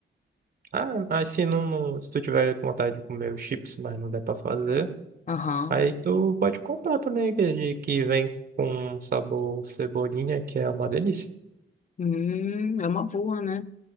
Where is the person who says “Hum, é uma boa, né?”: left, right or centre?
Left